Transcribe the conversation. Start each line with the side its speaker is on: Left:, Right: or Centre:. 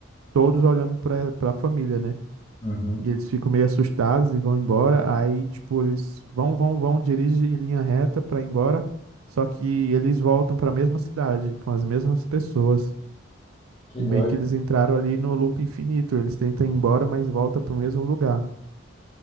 Right: todos olhando pra, pra família, né?
Left: Uhum.
Right: E eles ficam meio assustados e vão embora. Aí, tipo, eles vão, vão, vão, dirigem em linha reta pra ir embora. Só que eles voltam pra mesma cidade, com as mesmas pessoas.
Left: Que
Right: E
Left: doido,
Right: meio que eles entraram ali no loop infinito. Eles tentam ir embora, mas volta pro mesmo lugar.